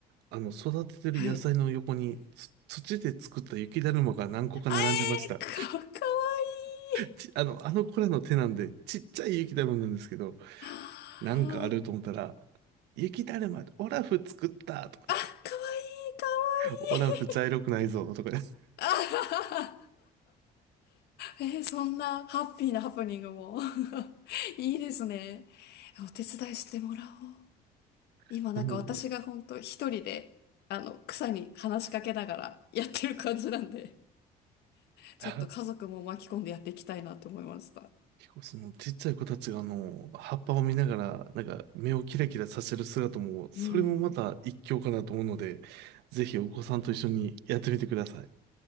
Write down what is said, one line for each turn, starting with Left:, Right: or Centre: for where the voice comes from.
Right: あの、育ててる野菜の横に、
Left: はい。
Right: つ土で作った雪だるまが何個か並んでました。
Left: あえー、か、かわいい。
Right: ち、あの、あの子らの手なんで、ちっちゃい雪だるまなんですけど、
Left: は
Right: なんかあると思ったら、
Left: あ
Right: 雪だるま、オラフ作ったとか
Left: あかわいい、かわいい。
Right: 言って、オラフ茶色くないぞとかです
Left: <laughs> あはははえー、そんなハッピーなハプニングも <laughs> いいですね。お手伝いしてもらおう。
Right: <laughs>
Left: 今なんか私が本当一人で、
Right: なので、
Left: あの、草に話しかけながらやってる感じなんで、ちょっと家族も巻き込んでやっていきたいなと思いました。
Right: あ結構そのちっちゃい子たちがあの、葉っぱを見ながら、なんか目をキラキラさせる姿も、それもまた一興かなと思うので、
Left: うん。
Right: ぜひお子さんと一緒にやってみてください。